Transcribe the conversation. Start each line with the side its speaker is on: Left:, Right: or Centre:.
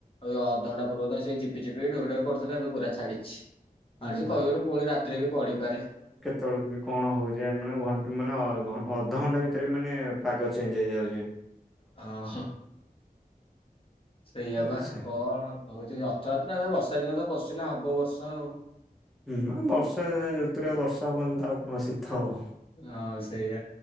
Left: ଆଉ ଅଧଘଣ୍ଟା ପୂର୍ବରୁ ତ ସେଇ ଝିପି ଚିପି ଢୋ ଢୋ କରୁଥିଲା ଏବେ ପୁରା ଛାଡିଛି
Centre: ହୁଁ
Left: ଆଡ ଯେ କଇବନି ପୁଣି ରାତିରେ ବି ପଡ଼ିପାରେ।
Centre: ତଳକୁ ବି କଣ ହଉଚି ଏ ମାନେ ଘନ୍ ମାନେ ଅ ଘନ୍ ଅଧଘଣ୍ଟା ଭିତରେ ମାନେ ପାଗ ଚେଞ୍ଜ୍ ହେଇଯାଉଚି।
Left: ଅ ହ ସେଇଆ
Centre: ଆଚ୍ଛା
Left: ବା କଣ ହଉଚି ଯେ ଅଥଯାତ୍ରା ରେ ବର୍ଷା ଦିନ ତ କସିଲେ ହବ ବର୍ଷା ଆଉ।
Centre: ହୁଁ ଆ ବର୍ଷା ରୁତୁ ବର୍ଷା ହବନି ତ ଆଉ କଣ ଶୀତ ହବ।
Left: ଅଁ ସେୟା